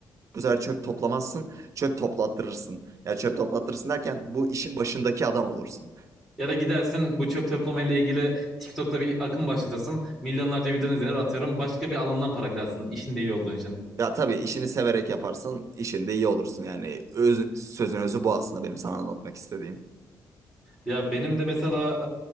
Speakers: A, on the right; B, in the centre.
A: bu sefer çöp toplamazsın, çöp toplattırırsın. Ya çöp toplattırırsın derken bu işin başındaki adam olursun.
B: Ya da gidersin bu çöp toplama ile ilgili TikTok'ta bir akım başlatırsın. Milyonlarca videonun izlenir atıyorum. Başka bir alandan para kırarsın işinde iyi olduğun için.
A: Ya tabii işini severek yaparsın, işinde iyi olursun. Yani öz, sözün özü bu aslında benim sana anlatmak istediğim.
B: Ya benim de mesela